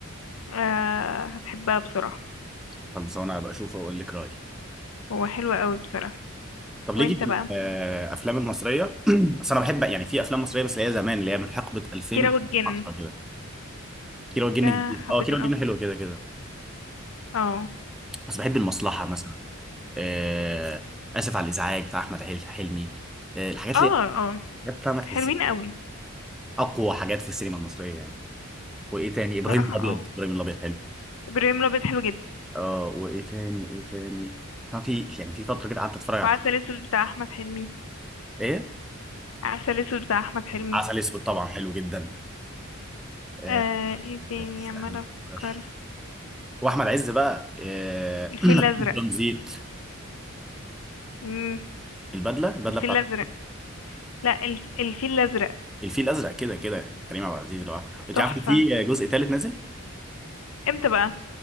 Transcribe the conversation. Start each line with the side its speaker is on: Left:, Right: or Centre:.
Left: آه هتحبها بصراحة
Centre: خلصانة هبقى اشوفه واقول لك رأيي
Left: هو حلو قوي بصراحة
Centre: طب
Left: وانت
Centre: ليكي في
Left: بقى
Centre: الافلام المصرية <clears throat> بس انا بحب يعني في افلام مصرية بس اللي هي زمان اللي هي من حقبة 2010
Left: كيرة والجن
Centre: كده كيلو الجن
Left: ده
Centre: جديد
Left: حبيته
Centre: اه كيلو الجن
Left: قوي
Centre: حلو كده كده
Left: اه
Centre: بس بحب المصلحه مثلا آه اسف على الازعاج بتاع احمد حل- حلمي آه الحاجات
Left: اه
Centre: اللي
Left: اه
Centre: حاجات فاهمه تحسها
Left: حلوين قوي
Centre: اقوى حاجات في السينما المصريه يعني وايه تاني
Left: بصراحة
Centre: ابراهيم الابيض
Left: اه
Centre: ابراهيم الابيض حلو
Left: ابراهيم الابيض حلو جدا
Centre: اه وايه تاني ايه تاني فاهم في يعني في فتره كده قعدت اتفرج على
Left: وعسل
Centre: حاجات
Left: اسود بتاع احمد حلمي
Centre: ايه
Left: عسل اسود بتاع احمد حلمي
Centre: عسل اسود طبعا حلو جدا آه
Left: آه ايه تاني
Centre: استنى
Left: عمالة
Centre: مفكرش.
Left: افكر
Centre: واحمد عز بقى آه
Left: الفيل
Centre: <clears throat>
Left: الازرق
Centre: ترانزيت
Left: امم
Centre: البدله البدله
Left: الفيل
Centre: بتاعته
Left: الازرق لا الف... الفيل الازرق
Centre: الفيل الازرق كده كده كريم عبد العزيز لوحده انت
Left: تحفة
Centre: عارف إن في جزء ثالث نازل
Left: امتى بقى